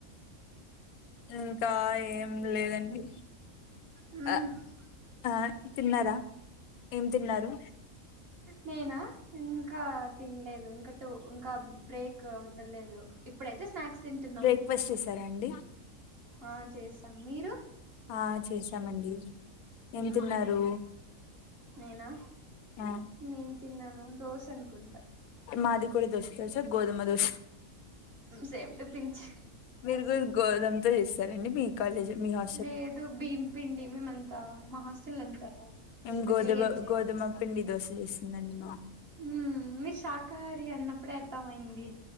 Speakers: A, on the left; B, on the right.
A: ఇంకా ఏం లేదండి.
B: ఉ
A: ఆ ఆ తిన్నారా ఏం తిన్నారు
B: నేనా ఇంకా తినలేదు ఇంక టు ఇంకా బ్రేక్ అవుతలేదు ఇప్పుడైతే స్నాక్ తింటున్నాం
A: బ్రేక్ఫాస్ట్ చేసారా అండి
B: ఆ చేస్తాం మీరు
A: ఆ చేసామండి ఏం
B: ఉ
A: తిన్నారు
B: నేనా
A: ఆ
B: నేన్ తిన్నను దోశ అనుకుంటా
A: మాదికూడ దోశ దోశ గోదుమ దోశ
B: సేమ్ టు పించ్
A: మీరు గురు గోదమతో జేస్తారండి మీకు క నిజ మీ హా
B: లేదు భీమ్ పిండి మేమంతా మహాస్టల్ అంతా
A: ఇం
B: స్పెషల్గా
A: గోధుమ
B: ఏం చేయరు
A: గోధుమ పిండి దోశ చేసిందండి మామ్
B: ఉ మీరు శాకాహారి అన్నప్పుడే అర్థమయింది.